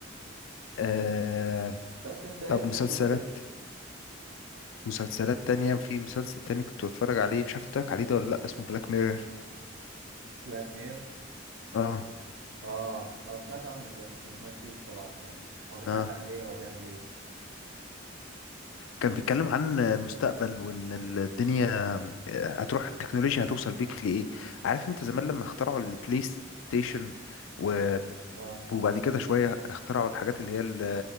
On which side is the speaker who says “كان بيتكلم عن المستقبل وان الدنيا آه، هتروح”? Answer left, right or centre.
Left